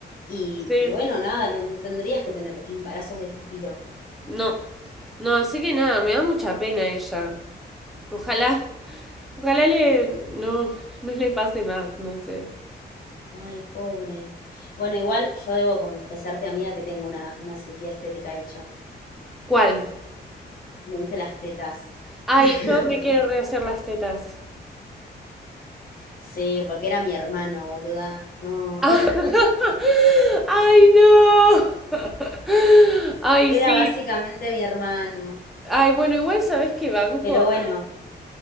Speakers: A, on the left (about 55°); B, in the centre.
A: y,
B: sí,
A: y bueno, nada, no, no tendrías que tener embarazos de este estilo.
B: no. No, así que nada, me da mucha pena ella. Ojalá, ojalá le, no, no le pase más, no sé.
A: Ay, pobre. Bueno, igual yo debo confesarte, amiga, que tengo una, una cirugía estética hecha.
B: ¿Cuál?
A: Me hice las tetas.
B: Ay,
A: <laughs>
B: yo me quiero rehacer las tetas.
A: Sí, porque era mi hermano, boluda. No,
B: <laughs> Ay,
A: <laughs>
B: no. <laughs> Ay,
A: era
B: sí.
A: básicamente mi hermano.
B: Ay, bueno, igual sabes que banco,
A: Pero bueno,